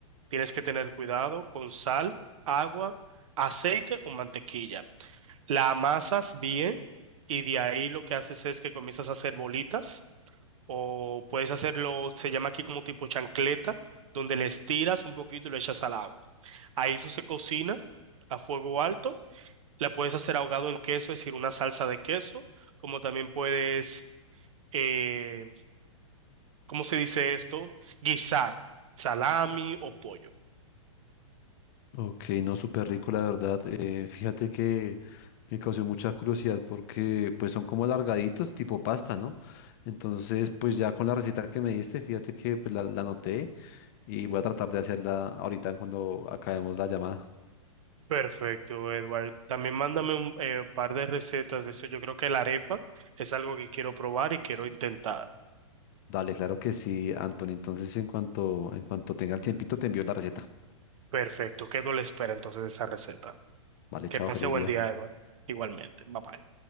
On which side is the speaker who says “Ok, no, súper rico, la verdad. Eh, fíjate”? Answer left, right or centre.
Left